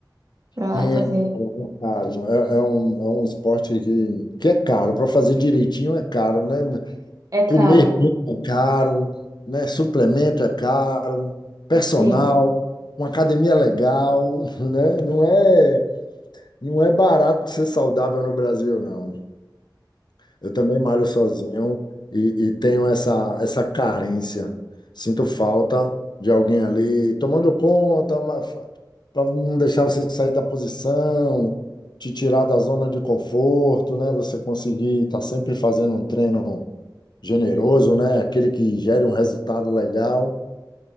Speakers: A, on the right; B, on the left.
A: para
B: é
A: fazer.
B: caro. É, um, é um, é um esporte que, que é caro. Para fazer direitinho é caro, né?
A: É caro,
B: Comer bem é caro, né? Suplemento é caro, personal,
A: sim.
B: uma academia legal, <laughs> né? Não é, não é barato ser saudável no Brasil, não. Eu também malho sozinho e, e tenho essa, essa carência. Sinto falta de alguém ali tomando conta, para não deixar você sair da posição, te tirar da zona de conforto, né? Você conseguir estar sempre fazendo um treino generoso, né? Aquele que gere um resultado legal,